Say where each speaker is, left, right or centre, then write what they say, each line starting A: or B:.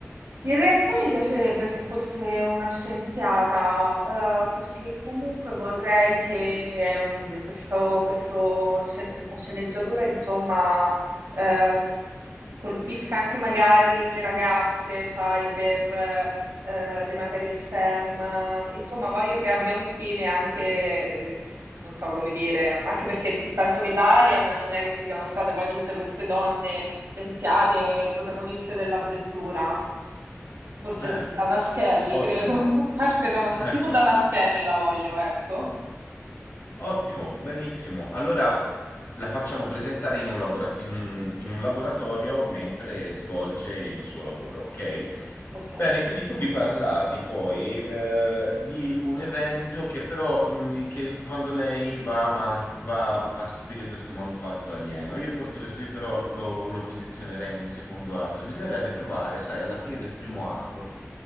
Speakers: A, on the right; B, on the left.
A: In realtà mi piacerebbe se fosse una scienziata, eh, perché comunque vorrei che ehm, questo- questo sce- questa sceneggiatura, insomma, eh, colpisca anche magari le ragazze, sai, per eh, eh, le materie STEM. Insomma, voglio che abbia un fine anche, eh, non so come dire, anche perché ti- penso che da Alien non è che ci siano state poi tutte queste donne scienziate, protagoniste dell'avventura. Forse
B: Eh,
A: Dana Scully,
B: ottimo.
A: credo, <laughs> parte Dana,
B: Ecco,
A: tipo Dana Scully la voglio, ecco.
B: Ottimo, benissimo. Allora la facciamo presentare in un, labora- in un- in un laboratorio mentre svolge il suo lavoro, ok?
A: Ok.
B: Bene, quindi tu mi parlavi poi eh, di un evento che però mh, che quando lei va, avan- va a scoprire questo manufatto alieno, io forse questo qui però lo, lo posizionerei nel secondo atto. Bisognerebbe trovare, sai, alla fine del primo atto